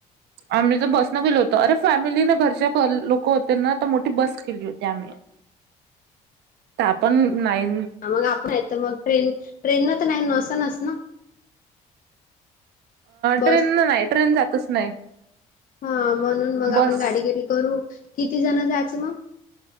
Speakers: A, on the right; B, on the left.
A: आम्ही तर बसन गेलो होतो. अरे फॅमिली ना, घरच्या लोक होते ना. तर मोठी बस केली होती आम्ही.
B: <inaudible>
A: त्या पण नाईन
B: हा मग आपण हे तर मग ट्रेन. ट्रेन न तर नाही नसनसना. बस.
A: ट्रेन नाही ट्रेन जातच नाही
B: <inaudible> हा म्हणून मग, आपण
A: बस
B: गाडी केली करू. किती जण जायचं मग?